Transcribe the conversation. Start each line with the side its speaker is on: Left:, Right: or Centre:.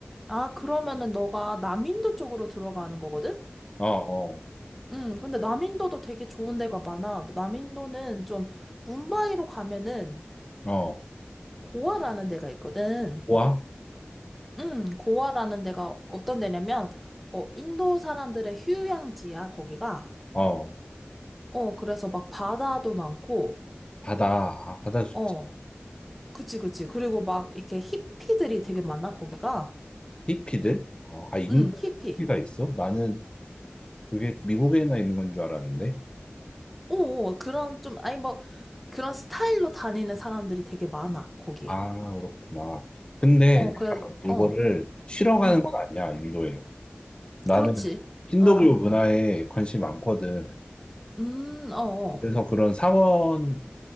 Centre: 아, 그러면은 너가 남인도 쪽으로 들어가는 거거든?
Left: 어, 어,
Centre: 음, 근데 남인도도 되게 좋은 데가 많아. 남인도는 좀 뭄바이로 가면은
Left: 어.
Centre: 고아라는 데가 있거든.
Left: 뭐아
Centre: 음, 고아라는 데가 어떤 데냐면 어, 인도 사람들의 휴양지야, 거기가.
Left: 어,
Centre: 어, 그래서 막 바다도 많고.
Left: 바다, 아, 바다 좋지.
Centre: 어, 그치, 그치. 그리고 막 이렇게 히피들이 되게 많아, 거기가.
Left: 히피들? 어, 아, 인도에
Centre: 음, 히피.
Left: 히피가 있어? 나는 그게 미국에나 있는 건 줄 알았는데.
Centre: 오, 오, 그런 좀 아니 뭐 그런 스타일로 다니는 사람들이 되게 많아, 거기에.
Left: 아, 그렇구나. 근데
Centre: 어,
Left: 내가
Centre: 그래.
Left: 이거를
Centre: 어.
Left: 쉬러 가는
Centre: 음.
Left: 건 아니야, 인도에. 나는
Centre: 그렇지.
Left: 힌두교
Centre: 어.
Left: 문화에 관심이 많거든.
Centre: 음, 어어.
Left: 그래서 그런 사원